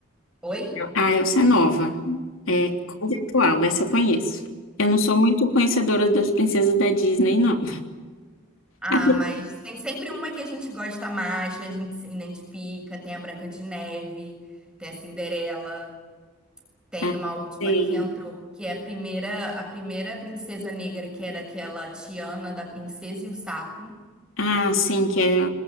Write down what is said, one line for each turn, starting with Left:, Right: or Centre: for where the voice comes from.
Centre: Oi?
Left: Ah, essa é nova. É conceitual, essa eu conheço. Eu não sou muito conhecedora das princesas da Disney, não.
Centre: Ah,
Left: A pri-
Centre: mas tem sempre uma que a gente gosta mais, que a gente se identifica. Tem a Branca de Neve, tem a Cinderela. Tem
Left: Ah,
Centre: uma última
Left: sei.
Centre: que entrou, que é a primeira, a primeira princesa negra, que era aquela Tiana da Princesa e o Sapo,
Left: Ah, sim, que é,